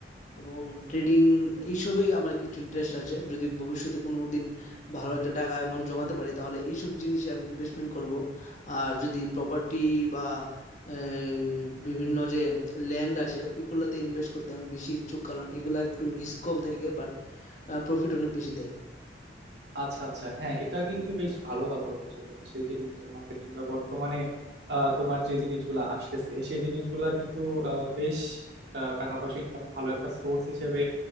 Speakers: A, on the left; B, on the right.
A: এবং ট্রেডিং এইসবেই আমার কিছু ইন্টারেস্ট আছে যদি ভবিষ্যতে কোনো দিন ভালো একটা টাকা অ্যামাউন্ট জমাতে পারি তাহলে এইসব জিনিসে আমি ইনভেস্টমেন্ট করব আর যদি প্রপার্টি বা আহ, বিভিন্ন যে ল্যান্ড আছে ওইগুলোতে ইনভেস্ট করতে আমি বেশি ইচ্ছুক কারণ এগুলা একটু রিস্ক কম থাকে বাট প্রফিট অনেক বেশি দেয়
B: আচ্ছা আচ্ছা হ্যাঁ এটা কিন্তু বেশ ভালো কথা বলেছো যে হচ্ছে যে ডিজিটাল মার্কেটিং বা বর্তমানে আহ, তোমার যে জিনিসগুলো আসতেছে সেই জিনিসগুলা কিন্তু আহ, বেশ একটা টাকা পয়সা ইনকামের ভালো একটা সোর্স হিসেবে